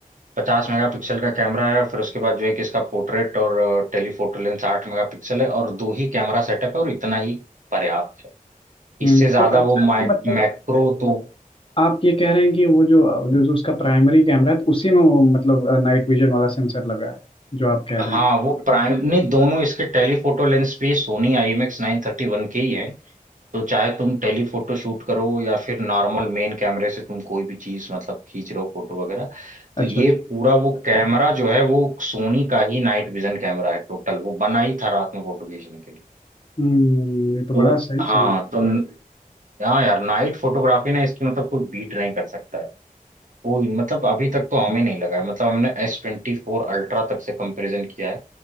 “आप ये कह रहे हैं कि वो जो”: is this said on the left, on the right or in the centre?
Left